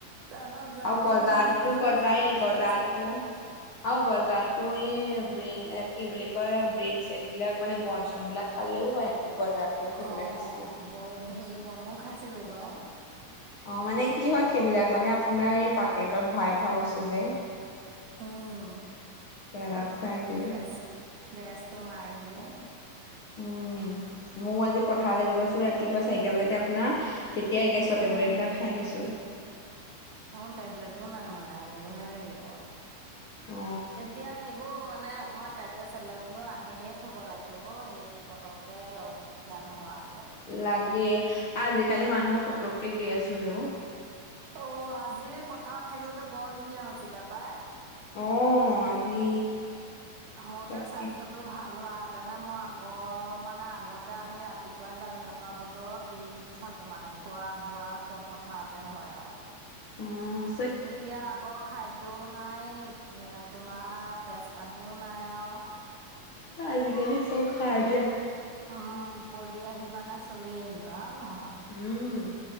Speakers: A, on the right; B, on the left.
A: তাৰপিছত গাটো
B: আৰু গজাততো
A: কিবা গেধা
B: গজাই
A: গেধা লাগি
B: গজাতকো
A: আছে
B: আৰু গজাতকৈ এই বেইন কি বুলি কয় বেইন চেটবিলাক মানে বন চন বিলাক খালেও হয়। গজাতকেও সেইবিলাক
A: অ',
B: বেছি
A: ব হে বনো খাইছিলো বাৰু।
B: অ', মানে কি হয় সেইবিলাক মানে আপোনাৰ এই পাকেটত ভৰাই থোৱা বস্তু যে।
A: উম,
B: তেলত ফ্ৰাই কৰি
A: গেছ গেছটো মাৰি দিয়ে।
B: উম, ময়ো আজি পথাৰলৈ গৈছো ৰাতিপুৱা চাৰিটা বজাতে আপোনাৰ। তেতিয়াই গেছৰ
A: উম,
B: টেবলেট এটা খাই গৈছো
A: অ' টেবলেটো নাই মানে। আনিবহে লাগিব
B: অ
A: এতিয়া সেইবোৰ মানে অকণমান টেবলেট চেবলেটনো আনিয়ে থ'ব লাগে হ' সেই পতককৈ অসুবিধা নহয়।
B: লাগে আজিকালি মানুহৰ পুতকে গেছ হৈ অ'।
A: অ আজি পথাৰত থাকিবলৈ বৰ ধুনীয়া হৈছিলে পায়।
B: অ', আজি
A: মোৰ
B: তাকে
A: যে স্বাস্থ্যতটো ভাল হোৱা তেনে মই আগৰ মানে আগতে আমি ৰাতিপুৱাই যাওঁ এনেকুৱা বতৰত দিনটো থাকোঁ মানে। খোৱা বোৱা চব পথাৰতে হয় আৰু।
B: উম।
A: এতিয়া আকৌ খাদ্যও নাই তোমাৰ তেজপানীও নাই আৰু।
B: আজিকালি চব সাৰ দিয়া।
A: উম, পৰি আহিবা না চৰি আহিবা। নহয়
B: উম,